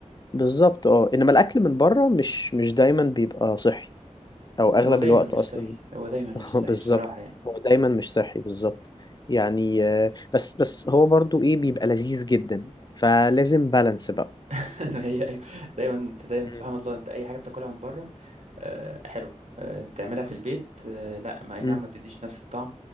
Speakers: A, on the left; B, on the right.
A: بالظبط اه انما الاكل من بره مش مش دايما بيبقى صحي او اغلب
B: هو دايما
A: الوقت
B: مش
A: اصلا
B: صحي هو دايما مش
A: <laughs> بالظبط
B: صحي بصراحة يعني
A: هو دايما مش صحي بالظبط يعني آه، بس بس هو برضو ايه بيبقى لذيذ جدا فلازم بالانس بقى
B: <laughs> هي أيوة دايما أنت دايما
A: مم.
B: سبحان الله أنت أي حاجة بتاكلها من بره آه، حلوة آه، تعملها في البيت آه، لا ما أي
A: مم.
B: نعم ما بتديش نفس الطعم